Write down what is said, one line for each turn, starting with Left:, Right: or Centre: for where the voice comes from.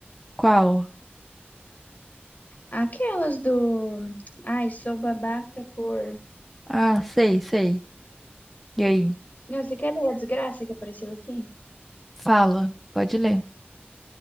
Centre: Qual?
Left: Aquelas do. Ai, sou babaca por.
Centre: Ah, sei, sei. E aí?
Left: Não, você quer ler a desgraça que apareceu aqui?
Centre: Fala, pode ler.